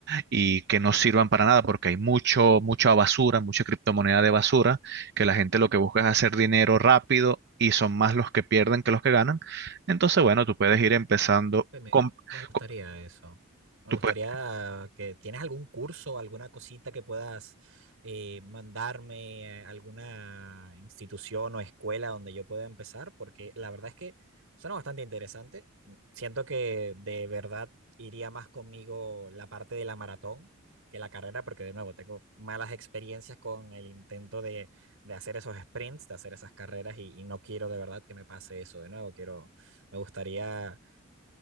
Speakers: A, on the right; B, on the right.
A: y que no sirvan para nada porque hay mucho, mucha basura, mucha criptomoneda de basura, que la gente lo que busca es hacer dinero rápido y son más los que pierden que los que ganan. Entonces, bueno, tú puedes ir empezando
B: Que Me,
A: con...
B: me gustaría
A: con-
B: eso. Me
A: tú
B: gustaría
A: pue-
B: que tienes algún curso, alguna cosita que puedas eh, mandarme, a alguna institución o escuela donde yo pueda empezar, porque la verdad es que suena bastante interesante. Mm, Siento que de verdad iría más conmigo la parte de la maratón que la carrera, porque de nuevo tengo malas experiencias con el intento de, de hacer esos sprints, de hacer esas carreras y, y no quiero de verdad que me pase eso de nuevo. Quiero, me gustaría